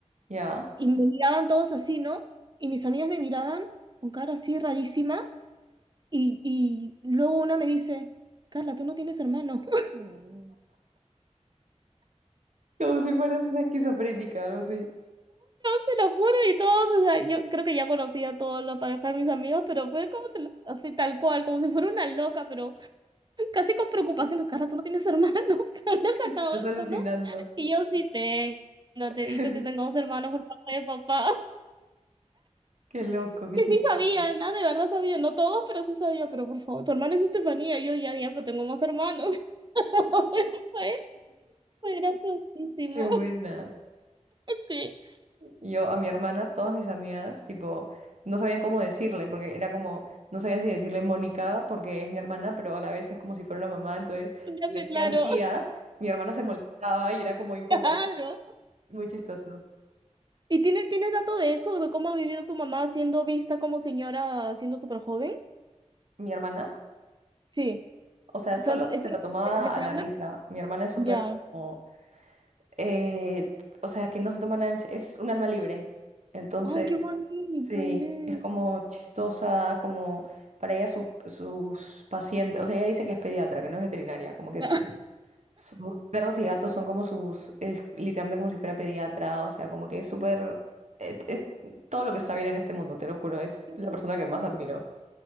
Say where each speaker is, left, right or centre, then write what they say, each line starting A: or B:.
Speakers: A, on the right; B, on the right.
A: ya,
B: y me miraban todos así, ¿no? Y mis amigas me miraban con cara así rarísima, y, y luego una me dice, Carla, tú no tienes hermano. <laughs> Mm.
A: como si fueras una esquizofrénica, algo así,
B: Te lo juro, y todos, o sea, yo creo que ya conocía a todos los parejas de mis amigos, pero fue como, te lo- así tal cual, como si fuera una loca, pero casi con preocupación, Carla, tú no tienes hermano, <laughs> ¿dónde has
A: estás
B: sacado
A: alucinando.
B: eso, no? Y yo sí tengo,
A: <laughs>
B: te he dicho que tengo dos hermanos por parte de papá, <laughs>
A: Qué loco, qué
B: que
A: chistoso.
B: sí sabía, nada, de verdad sabía, no todos, pero sí sabía, pero por favor, tu hermana es Estefanía, y yo ya, ya, pero tengo más hermanos, <laughs> fue, fue graciosísimo,
A: <laughs> Qué buena.
B: <laughs> sí,
A: Yo a mi hermana, todas mis amigas, tipo, no sabían cómo decirle, porque era como, no sabía si decirle Mónica, porque es mi hermana, pero a la vez es como si fuera una mamá, entonces
B: ya
A: si
B: sé,
A: le decían
B: claro,
A: tía, mi hermana se molestaba y era como incómodo,
B: <laughs> claro.
A: muy chistoso.
B: ¿Y tiene, tienes dato de eso, de cómo ha vivido tu mamá siendo vista como señora, siendo súper joven?
A: Mi hermana,
B: Sí,
A: o sea,
B: o
A: solo
B: sea, ¿es
A: se lo
B: lo
A: tomaba
B: que te
A: a la
B: habla?
A: risa. Mi hermana es súper
B: Ya.
A: como, eh, o sea, que no se toma nada, en se- es un alma libre. Entonces,
B: Ay, qué bonito,
A: Sí,
B: Inés.
A: es como chistosa, como para ella sus, sus pacientes, o sea, ella dice que es pediatra, que no es veterinaria, como que
B: <laughs>
A: su- sus perros y gatos son como sus, es literalmente como si fuera pediatra, o sea, como que es súper, es, es todo lo que está bien en este mundo, te lo juro, es
B: Qué
A: la
B: boni-
A: persona que más admiro.